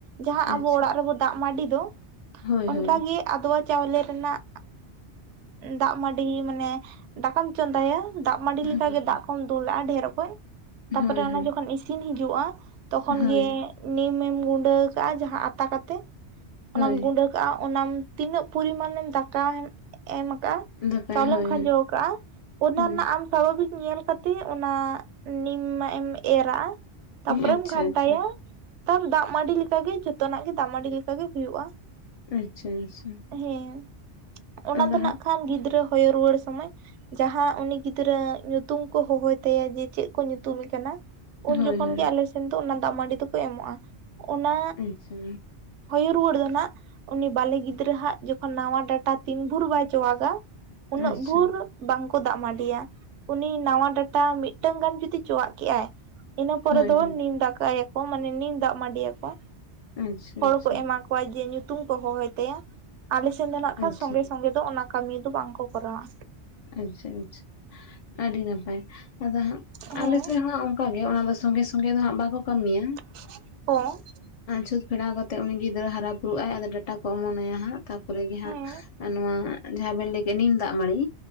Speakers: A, on the right; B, on the left.
A: ᱡᱟᱦᱟᱸ ᱟᱵᱚ
B: ᱟᱪᱪᱷᱟ
A: ᱚᱲᱟᱜ ᱨᱮᱵᱚ ᱫᱟᱜ ᱢᱟᱺᱰᱤ ᱫᱚ
B: ᱦᱳᱭ
A: ᱚᱱᱠᱟᱜᱮ
B: ᱦᱳᱭ
A: ᱟᱫᱽᱣᱟ ᱪᱟᱣᱞᱮ ᱨᱮᱱᱟᱜ ᱫᱟᱜ ᱢᱟᱸᱰᱤ ᱢᱟᱱᱮ ᱫᱟᱠᱟᱢ ᱪᱚᱸᱫᱟᱭᱟ ᱫᱟᱜ ᱢᱟᱸᱰᱤ ᱞᱮᱠᱟᱜᱮ
B: ᱦᱳᱭ
A: ᱫᱟᱜ ᱠᱚᱢ ᱫᱩᱞᱟᱜᱼᱟ, ᱰᱷᱮᱨ ᱚᱠᱚᱡ ᱛᱟᱯᱚᱨᱮ
B: ᱦᱳᱭ ᱦᱳᱭ
A: ᱚᱱᱟ ᱡᱚᱠᱷᱚᱱ ᱤᱥᱤᱱ ᱦᱤᱡᱩᱜᱼᱟ, ᱛᱚᱠᱷᱚᱱ
B: ᱦᱳᱭ
A: ᱜᱮ ᱱᱤᱢ ᱮᱢ ᱜᱩᱸᱰᱟᱹ ᱠᱟᱜᱼᱟ ᱡᱟᱦᱟᱸ ᱟᱛᱟ ᱠᱟᱛᱮᱜ
B: ᱦᱳᱭ
A: ᱚᱱᱟᱢ ᱜᱩᱸᱰᱟᱹ ᱠᱟᱜᱼᱟ ᱚᱱᱟᱢ ᱛᱤᱱᱟᱹᱜ ᱯᱚᱨᱤᱢᱟᱱᱮᱢ ᱫᱟᱠᱟ ᱮᱢ ᱠᱟᱜᱼᱟ
B: ᱫᱟᱠᱟᱭ
A: ᱪᱟᱣᱞᱮᱢ
B: ᱦᱳᱭ
A: ᱠᱷᱟᱸᱡᱚ ᱠᱟᱜᱼᱟ ᱚᱱᱟ
B: ᱦᱳᱭ
A: ᱨᱮᱱᱟᱜ ᱟᱢ ᱥᱟᱵᱷᱟᱵᱤᱠ ᱧᱮᱞ ᱠᱟᱛᱮᱜ ᱚᱱᱟ ᱱᱤᱢᱟᱜ ᱮᱢ ᱮᱨᱟᱜᱼᱟ ᱛᱟᱯᱚᱨᱮᱢ
B: ᱟᱪᱪᱷᱟ
A: ᱜᱷᱟᱱᱴᱟᱭᱟ
B: ᱟᱪᱪᱷᱟ
A: ᱛᱟᱨᱯᱚᱨ ᱫᱟᱜ ᱢᱟᱸᱰᱤ ᱞᱮᱠᱟ ᱜᱮ ᱡᱚᱛᱚᱱᱟᱜ ᱜᱮ ᱫᱟᱜ ᱢᱟᱸᱰᱤ ᱞᱮᱠᱟ ᱜᱮ ᱦᱩᱭᱩᱜᱼᱟ᱾
B: ᱟᱪᱪᱷᱟ ᱟᱪᱪᱷᱟ
A: ᱦᱮᱸ ᱚᱱᱟ
B: ᱟᱫᱚ
A: ᱫᱚ
B: ᱦᱟᱸᱜ
A: ᱱᱟᱜ ᱠᱷᱟᱱ ᱜᱤᱫᱽᱨᱟᱹ ᱦᱳᱭ ᱨᱩᱣᱟᱹᱲ ᱥᱚᱢᱚᱭ ᱡᱟᱦᱟᱸ ᱩᱱᱤ ᱜᱤᱫᱽᱨᱟᱹ ᱧᱩᱛᱩᱢ ᱠᱚ ᱦᱚᱦᱚᱭ ᱛᱟᱭᱟ ᱪᱮᱫ ᱠᱚ ᱧᱩᱛᱩᱢᱮ ᱠᱟᱱᱟ ᱩᱱ
B: ᱦᱳᱭ
A: ᱡᱚᱠᱷᱚᱱ
B: ᱦᱳᱭ
A: ᱜᱮ ᱟᱞᱮ ᱥᱮᱱ ᱫᱚ ᱚᱱᱟ ᱫᱟᱜ ᱢᱟᱸᱰᱤ ᱫᱚᱠᱚ ᱮᱢᱚᱜᱼᱟ᱾ ᱚᱱᱟ
B: ᱟᱪᱪᱷᱟ
A: ᱦᱩᱭ ᱨᱩᱣᱟᱹᱲ ᱫᱚ ᱱᱟᱜ ᱩᱱᱤ ᱵᱟᱞᱮ ᱜᱤᱫᱽᱨᱟᱹ ᱦᱟᱸᱜ ᱡᱚᱠᱷᱚᱱ ᱱᱟᱣᱟ ᱰᱟᱴᱟ ᱛᱤᱱ ᱵᱷᱳᱨ ᱵᱟᱭ ᱪᱚᱣᱟᱜᱟ ᱩᱱᱟᱹᱜ
B: ᱟᱪᱪᱷᱟ
A: ᱵᱷᱳᱨ ᱵᱟᱝ ᱠᱚ ᱫᱟᱜ ᱢᱟᱸᱰᱤᱭᱟ ᱩᱱᱤ ᱱᱟᱣᱟ ᱰᱟᱴᱟ ᱢᱤᱫ ᱢᱤᱫᱴᱟᱝ ᱜᱟᱱ ᱡᱩᱫᱤ ᱪᱚᱣᱟᱜ ᱠᱮᱜᱼᱟᱭ ᱤᱱᱟᱹ ᱯᱚᱨᱮ
B: ᱦᱳᱭ
A: ᱫᱚ
B: ᱦᱳᱭ
A: ᱱᱤᱢ ᱫᱟᱠᱟᱭ ᱠᱚ ᱢᱟᱱᱮ ᱱᱤᱢ ᱫᱟᱜ ᱢᱟᱹᱰᱤᱭᱟᱠᱚ
B: ᱟᱪᱪᱷᱟ
A: ᱦᱚᱲ
B: ᱟᱪᱪᱷᱟ
A: ᱠᱚ ᱮᱢᱟ ᱠᱚ ᱠᱚᱣᱟ ᱡᱮ ᱧᱩᱛᱩᱢ ᱠᱚ ᱦᱚᱦᱚᱭ ᱛᱟᱭᱟ ᱟᱞᱮ ᱥᱮᱱ ᱫᱚ ᱱᱟᱜ ᱠᱷᱟᱱ
B: ᱟᱪᱪᱷᱟ
A: ᱥᱚᱸᱜᱮ ᱥᱚᱸᱜᱮ ᱫᱚ ᱚᱱᱟ ᱠᱟᱹᱢᱤ ᱫᱚ ᱵᱟᱝ ᱠᱚ ᱠᱚᱨᱟᱣᱟ᱾
B: ᱟᱪᱪᱷᱟ ᱟᱪᱪᱷᱟ ᱟᱹᱰᱤ ᱱᱟᱯᱟᱭ ᱟᱫᱚ ᱦᱟᱸᱜ,
A: ᱦᱮᱸ
B: ᱟᱞᱮ ᱥᱮᱫ ᱦᱚᱸ ᱚᱱᱠᱟ ᱜᱮ ᱫᱚ ᱥᱚᱸᱜᱮ ᱥᱚᱸᱜᱮ ᱫᱚ ᱦᱟᱸᱜ ᱵᱟᱠᱚ ᱠᱟᱹᱢᱤᱭᱟ᱾
A: <unintelligible>
B: ᱟᱨ ᱪᱷᱩᱛ ᱯᱷᱮᱲᱟᱣ ᱠᱟᱛᱮ ᱩᱱᱤ ᱜᱤᱫᱽᱨᱟᱹ ᱦᱟᱨᱟ ᱵᱩᱨᱩᱜ ᱟᱭ ᱟᱫᱚ ᱴᱟ ᱠᱚ ᱚᱢᱚᱱᱭᱟ ᱦᱟᱸᱜ ᱛᱟᱯᱚᱨᱮ ᱜᱮ ᱦᱟᱸᱜ
A: ᱦᱮᱸ
B: ᱱᱚᱣᱟ ᱡᱟᱦᱟᱸ ᱵᱮᱱ ᱞᱟᱹᱭ ᱠᱮᱫ ᱱᱤᱢ ᱫᱟᱜ ᱢᱟᱹᱲᱤ